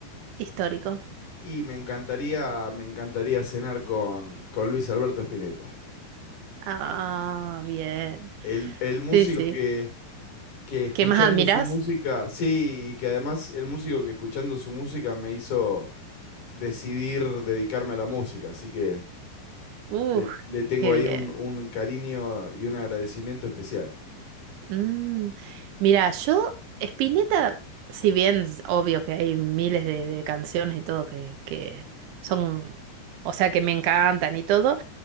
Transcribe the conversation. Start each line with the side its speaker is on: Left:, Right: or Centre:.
Right: histórico.
Left: Y me encantaría, me encantaría cenar con, con Luis Alberto Spinetta.
Right: Ah, bien.
Left: El, el músico
Right: Sí, sí.
Left: que, que escuchando
Right: ¿Qué más admiras?
Left: su música, sí, y que además el músico que escuchando su música me hizo decidir dedicarme a la música, así que
Right: Uf,
Left: le, le tengo
Right: qué
Left: ahí
Right: bien.
Left: un, un cariño y un agradecimiento especial.
Right: Mm, Mira, yo, Spinetta, si bien es obvio que hay miles de, de canciones y todo que, que son, o sea, que me encantan y todo.